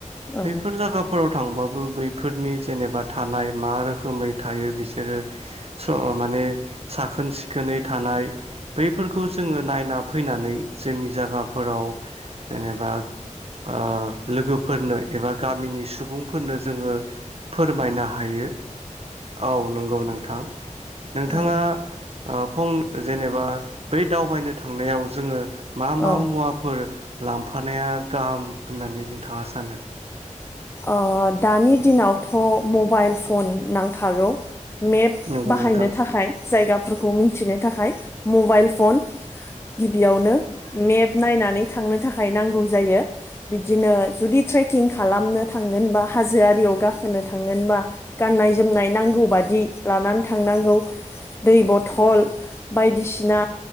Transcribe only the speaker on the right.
बैफोर जागाफोराव थांबाबो बैफोरनि जेनेबा थानाय मा रोखोमै थायो बिसोरो सो माने नै साखोन सिखोनै थानाय बैफोरखौ जोङो नायना फैनानै जोंनि जागाफोराव जेनेबा ओ लोगोफोरनो एबा गामिनि सुबुंफोरनो जोङो फोरमायनो हायो औ नंगौ नोंथां नोंथाङा
अ फं जेनेबा बै दावबायनो थांनायाव जोङो मा मा
मुवाफोर लांफानाया गाहाम होननानै नोंथाङा सानो?
नंगौ
नोंथां